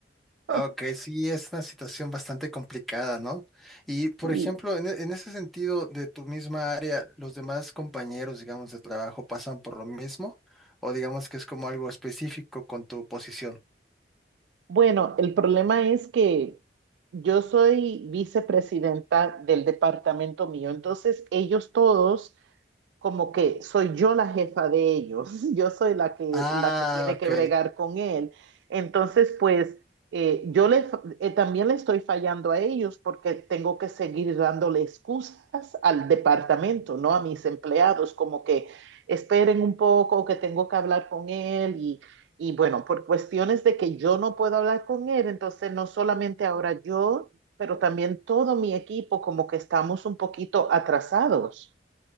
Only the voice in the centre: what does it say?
Ok, sí, es una situación bastante complicada, ¿no? Y, por
ejemplo, en, e- en ese sentido de tu misma área, ¿los demás compañeros, digamos, de trabajo pasan por lo mismo? ¿O digamos que es como algo específico con tu posición?
Ah,
ok.